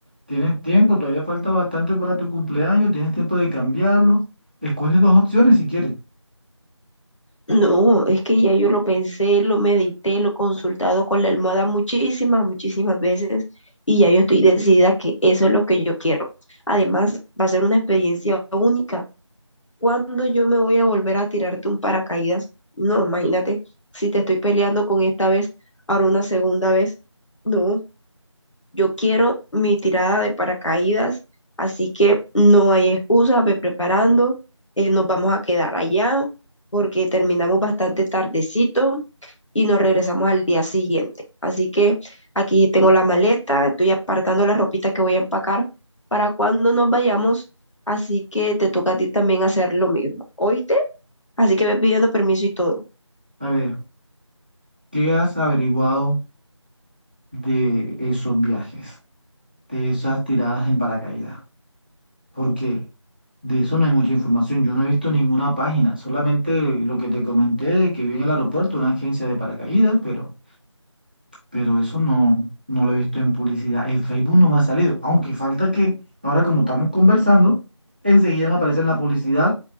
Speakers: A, on the right; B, on the left.
A: tienes tiempo, todavía falta bastante para tu cumpleaños, tienes tiempo de cambiarlo. Escoge dos opciones si quieres.
B: No, es que ya yo lo pensé, lo medité, lo he consultado con la almohada muchísimas, muchísimas veces y ya yo estoy decidida que eso es lo que yo quiero. Además, va a ser una experiencia única. ¿Cuándo yo me voy a volver a tirar de un paracaídas? No, imagínate, si te estoy peleando con esta vez, ahora una segunda vez. No, yo quiero mi tirada de paracaídas, así que no hay excusa, ve preparando, eh, nos vamos a quedar allá porque terminamos bastante tardecito y nos regresamos al día siguiente. Así que aquí tengo la maleta, estoy apartando la ropita que voy a empacar para cuando nos vayamos, así que te toca a ti también hacer lo mismo, ¿oíste? Así que ve pidiendo permiso y todo.
A: A ver, ¿qué has averiguado? de esos viajes, de esas tiradas en paracaídas, porque de eso no hay mucha información. Yo no he visto ninguna página, solamente lo que te comenté de que vi en el aeropuerto una agencia de paracaídas, pero, pero eso no, no lo he visto en publicidad. En Facebook no me ha salido, aunque falta que ahora como estamos conversando, enseguida me aparece en la publicidad